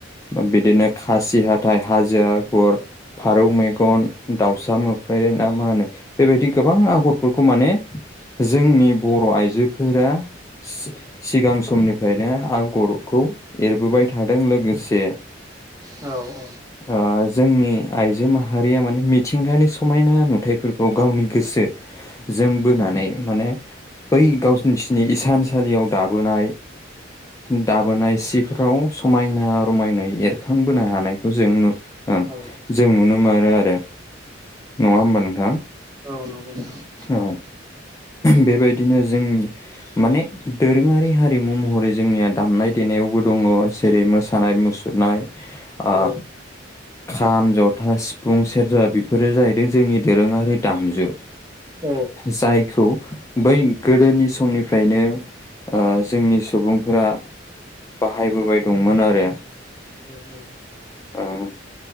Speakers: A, on the left; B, on the right.
A: बा बिदिनो खासि हाथाय हाजो आगर फारौ मेगन दाउसा मोफ्राय ना मा होनो बेबायदि गोबां आगरफोरखौ माने जोंनि बर' आइजोफोरा सि-सिगां समनिफ्रायनो आगरखौ एरबोबाय थादों लोगोसे
B: औ अ
A: ओ जोंनि आइजो माहारिया माने मिथिंगानि समायना नुथायफोर खौ गावनि गोसो जों बोनानै माने बै गावस्नि स्नि इसानसालियाव दाबोनाय दाबोनाय सिफोराव समायना रमायनाय एर खांबोनो हानायखौ जों <unintelligible>
B: औ
A: जों नुनो मोनो आरो नङा होमबा नोंथां।
B: औ नंगौ नोंथां।
A: औ बेबायदिनो जोंनि माने दोरोङारि हारिमु महरै जोंनिया दामनाय देनायावबो दङ' जेरै मोस सानाय मुसुरनाय ओ
B: औ
A: खाम, जथा, सिफुं, सेरजा बेफोरो जाहैदों जोंनि दोरोङारि दामजु।
B: औ
A: जायखौ बै गोदोनि समनिफ्रायनो ओ जोंनि सुबुंफोरा बाहायबोबाय दंमोन आरो
B: उम उम
A: ओं